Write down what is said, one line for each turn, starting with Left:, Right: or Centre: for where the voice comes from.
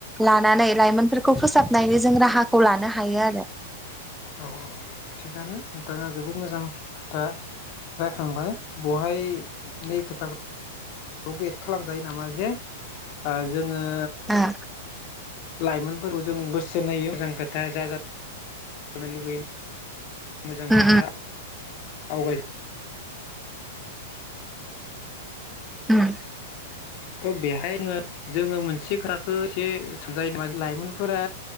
Centre: लानानै लाइमोन फोरफोरखौ फोसाबनायनि जों राहाखौ लानो हायो आरो
Left: औ - औ थिगानो नोंथांङा जोबोद मोजां खोथा रायखांबाय बेहाय नै खोथाखौ बो एद खालामजायो नामा जे जों जोंङो
Centre: आरो
Left: लाइमोनफोरफोरखौ जों बोसोन होयो मोजां खोथाया जा होनो लुगैयो मोजां
Centre: ओ
Left: खोथा आवगाय
Centre: ओम
Left: थ' बेहायनो जोंङो मोनसे खोथाखौ एसे सानजायो नामा लाइमोनफोरा